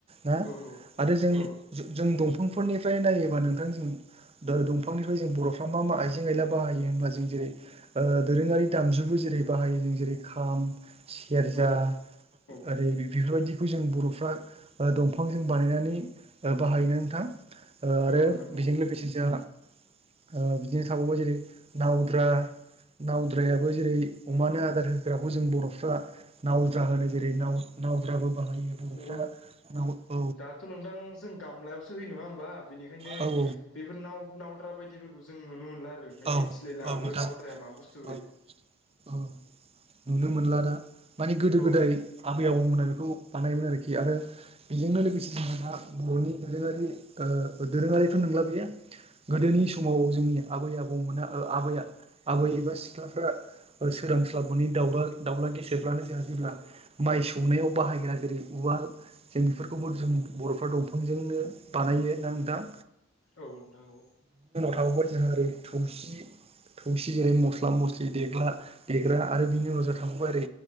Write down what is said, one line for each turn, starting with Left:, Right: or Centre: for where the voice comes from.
Right: ना
Left: औ
Right: आरो जोंनि
Left: औ
Right: जों जों दंफांफोरनिफ्राय नायोबा नोंथां जों दो दंफांनिफ्राय जों बर'फ्रा मा मा आइजें आइला बाहायो हनबा जों जेरै ओ दोरोङारि दामजुबो जों जेरै बाहायो जों जेरै खाम सेरजा
Left: औ औ
Right: ओर बेफोरबायदिखौ जों बर'फ्रा ओ दंफांजों बानायनानै ओ बाहायनो नोंथां ओ
Left: औ
Right: आरो
Left: नोंथां नंगौ
Right: बेजों लोगोसे जोंहा ओ बिदिनो थाबावबाय जेरै नावद्रा नावद्रायाबो जेरै अमानो आदार होग्राखौ जों बर'फ्रा नावद्रा होनो जेरै नाव नावद्राबो हौवा फोरनिख्राय
Left: अ
Right: बर'फ्रा उनाव औ
Left: दाथ' नोंथां जों गामलायावसो होयो नङा होमबा बेनिखायनो
Right: औ दं <unintelligible>
Left: बेफोर नाव नावद्रा बायदिफोरखौ जों नुनो मोनला आरो ओंखाय
Right: औ
Left: मिथिलायलाङाबो
Right: औ नोंथां
Left: नावद्राया माबा बुस्थुओरै
Right: औ औ नुनो मोनला दा माने गोदो
Left: औ
Right: गोदाय आबै दवोमोना बेखौ बानायोमोन आरोखि आरो बेजोंनो लोगोसे जोंहादा बर'नि दोरोङारि ओ दोरोङारिथ नंला बेयो गोदोनि समाव जोंनि आबै आबौमोना ओ आबै आबै एबा सिख्लाफोरा ओ सोरांस्लाबनि दाउला दाउला गेेरब्लानो जोंहा जेब्ला माइ सौनायाव बाहायग्रा जेरै उवाल जों बेफोरखौबो जों बर'फ्रा दंफांजोंनो बानाय हायो नानोंथां
Left: औ नोंथां औ
Right: थावबो जे ओरि थुबसि थौसि जेरै मस्ला मस्लि देग्ला देग्रा आरो बिनि उनाव जाथावमारि